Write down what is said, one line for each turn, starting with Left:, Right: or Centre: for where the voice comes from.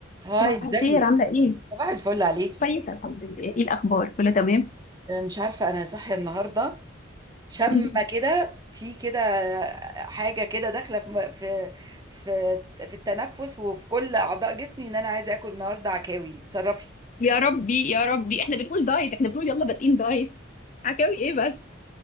Right: هاي
Left: صباح
Right: ازيك
Left: الخير عاملة ايه؟
Right: صباح الفل عليكي
Left: كويسة الحمد لله ايه الأخبار؟ كله تمام؟
Right: آه، مش عارفة أنا صاحية النهاردة شامة
Left: <laughs>
Right: كده في كده حاجة كده داخلة في م- في في في التنفس وفي كل أعضاء جسمي إن أنا عايزة آكل النهاردة عكاوي اتصرفي
Left: يا ربي يا ربي احنا بنقول دايت احنا بنقول يلا بادئين دايت عكاوي ايه بس